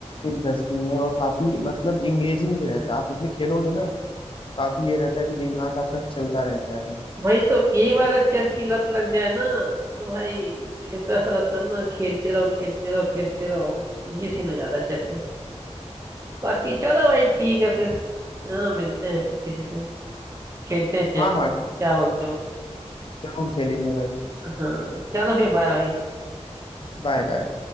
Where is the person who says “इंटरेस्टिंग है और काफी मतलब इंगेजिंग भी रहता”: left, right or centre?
Left